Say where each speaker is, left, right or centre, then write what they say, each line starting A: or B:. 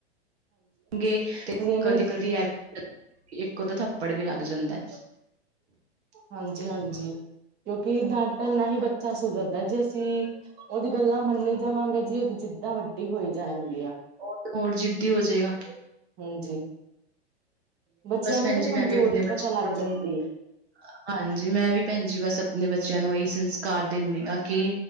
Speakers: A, on the right; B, on the right.
A: ਤੇ
B: ਨੀ
A: ਕਦੀ-ਕਦੀ ਐ ਵੀ ਇੱਕ ਅੱਧਾ ਥੱਪੜ ਵੀ ਲੱਗ ਜਾਂਦੈ।
B: ਹਾਂਜੀ-ਹਾਂਜੀ, ਕਿਉਂਕਿ ਡਾਂਟਣ ਨਾਲ ਹੀ ਬੱਚਾ ਸੁਧਰਦਾ ਜੀ ਅਸੀਂ ਓਦੀ ਗੱਲਾਂ ਮੰਨੀ ਜਾਵਾਂਗੇ ਜੀ ਓਦੀ ਜਿੱਦਾਂ ਵੱਡੀ ਹੋਈ ਜਾਣਗੀਆਂ,
A: ਉਹ ਤੇ ਹੋਰ ਜਿੱਦੀ ਹੋ ਜਾਏਗਾ
B: ਹਾਂਜੀ। ਬੱਚੇਆਂ
A: ਬਸ
B: ਨੂੰ
A: ਭੈਣ
B: ਫੇਰ
A: ਜੀ
B: ਕਮਜ਼ੋਰੀ
A: ਮੈਂ ਵੀ ਆਪਣੇ ਬੱਚਿਆਂ
B: ਪਤਾ ਲੱਗ
A: ਨੂੰ
B: ਜਾਂਦੀਏ।
A: <inaudible> ਹਾਂਜੀ ਮੈਂ ਵੀ ਭੈਣ ਜੀ ਬਸ ਅਪਨੇ ਬੱਚਿਆਂ ਨੂੰ ਏਹੀ ਸੰਸਕਾਰ ਦਿੰਨੀਂ ਆਂ ਕਿ